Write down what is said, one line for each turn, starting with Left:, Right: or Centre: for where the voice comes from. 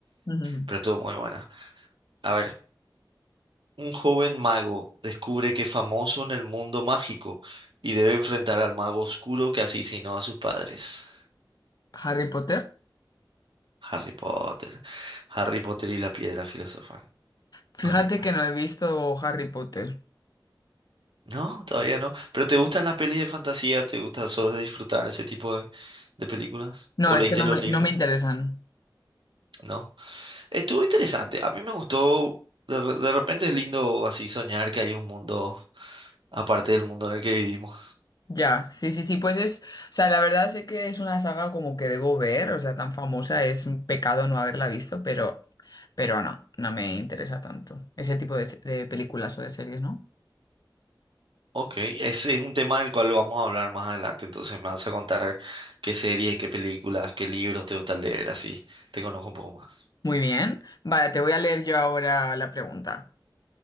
Left: Ujú.
Right: pero estuvo muy buena. A ver, un joven mago descubre que es famoso en el mundo mágico y debe enfrentar al mago oscuro que asesinó a sus padres.
Left: ¿Harry Potter?
Right: Harry Potter. Harry Potter y la piedra filosofal.
Left: Fíjate
Right: Buenita.
Left: que no he visto Harry Potter.
Right: No, todavía no. ¿Pero te gustan las pelis de fantasía? ¿Te gusta solo de disfrutar ese tipo de, de películas?
Left: No,
Right: ¿O
Left: es
Right: leíste
Left: que no
Right: los
Left: me,
Right: libros?
Left: no me interesan.
Right: ¿no? Estuvo interesante. A mí me gustó. De, re- de repente es lindo así soñar que hay un mundo aparte del mundo en el que vivimos.
Left: Ya, sí, sí, sí, pues es, o sea, la verdad sé que es una saga como que debo ver, o sea, tan famosa, es un pecado no haberla visto, pero, pero no, no me interesa tanto ese tipo de, se- de películas o de series, ¿no?
Right: Ok, ese es un tema del cual vamos a hablar más adelante. Entonces me vas a contar qué series, qué películas, qué libros te gusta leer, así te conozco un poco más.
Left: Muy bien, vale, te voy a leer yo ahora la pregunta.